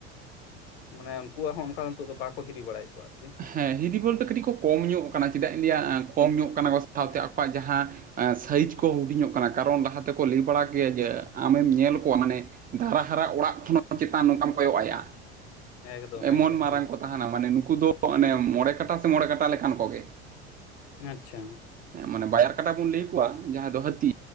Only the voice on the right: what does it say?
ᱦᱮᱸ ᱦᱤᱫᱤ ᱵᱚᱞᱛᱮ ᱠᱟᱴᱤᱡ ᱠᱚ ᱠᱚᱢ ᱧᱚᱜ ᱠᱟᱱᱟ ᱪᱮᱫᱟᱜ ᱤᱧ ᱞᱟ. ᱭᱟ ᱠᱚᱢ ᱧᱚᱜ ᱠᱟᱱᱟ ᱠᱚ
ᱥᱟᱶᱛᱮ ᱟᱠ ᱟᱠᱚᱣᱟᱜ ᱡᱟᱦᱟ ᱥᱟᱭᱤᱡ ᱠᱚ ᱦᱩᱰᱤᱧᱚᱜ ᱠᱟᱱᱟ ᱠᱟᱨᱚᱱ ᱞᱟᱦᱟ ᱛᱮᱠᱚ ᱞᱟᱹᱭ ᱵᱟᱲᱟ ᱠᱮᱭᱟ ᱡᱮ ᱟᱢᱮᱢ ᱧᱮᱞ ᱠᱚᱣᱟ ᱢᱟᱱᱮ ᱫᱟᱨᱟ ᱦᱟᱨᱟ ᱚᱲᱟᱜ ᱠᱷᱚᱱ ᱦᱚᱸ ᱪᱮᱛᱟᱱ ᱱᱚᱠᱟᱢ ᱠᱚᱭᱚ ᱟᱭᱟ
ᱮᱢᱚᱱ
ᱢᱟᱨᱟᱝ
ᱠᱚ ᱛᱟᱦᱮᱱᱟ ᱢᱟᱱᱮ ᱱᱩᱠᱩ ᱫᱚ ᱚᱱᱮ ᱢᱚᱬᱮ ᱠᱟᱴᱟ ᱥᱮ ᱢᱚᱬᱮ ᱠᱟᱴᱟ ᱞᱮᱠᱟᱱ ᱠᱚᱜᱮ
ᱦᱮ ᱢᱟᱱᱮ ᱵᱟᱭᱟᱨ ᱠᱟᱰᱟ ᱵᱚᱱ ᱞᱟᱹᱭᱚᱣᱟ ᱡᱟᱦᱟᱸᱭ ᱫᱚ ᱦᱟᱹᱛᱤ